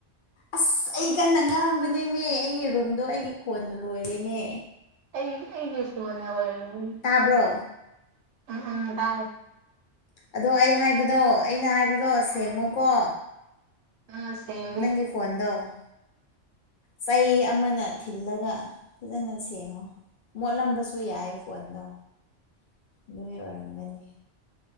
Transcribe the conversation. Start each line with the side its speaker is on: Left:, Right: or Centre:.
Left: ꯑꯁ ꯑꯩ ꯀꯟꯅ ꯉꯥꯡꯕꯅꯦꯃꯦ ꯑꯩꯒꯤ ꯔꯨꯝꯗꯣ ꯑꯩꯒꯤ ꯈꯣꯟꯅ ꯂꯣꯏꯔꯦꯅꯦ
Right: ꯑꯩ ꯑꯩꯒꯤ ꯐꯣꯟꯅ ꯑꯣꯏꯔꯝꯒꯅꯤ
Left: ꯇꯥꯕ꯭ꯔꯣ
Right: ꯍꯥ ꯍꯥ ꯇꯥꯏ
Left: ꯑꯗꯣ ꯑꯩ ꯍꯥꯏꯕꯗꯣ ꯑꯩꯅ ꯍꯥꯏꯕꯗꯣ ꯁꯦꯡꯉꯣꯀꯣ
Right: ꯑꯥ ꯁꯦꯡꯉꯦ
Left: ꯅꯪꯒꯤ ꯐꯣꯟꯗꯣ ꯆꯩ ꯑꯃꯅ ꯊꯤꯜꯂꯒ ꯐꯖꯟꯅ ꯁꯦꯡꯉꯣ ꯃꯣꯠꯂꯝꯕꯁꯨ ꯌꯥꯏ ꯐꯣꯟꯗꯣ ꯗꯨꯒꯤ ꯑꯣꯏꯔꯝꯒꯅꯤ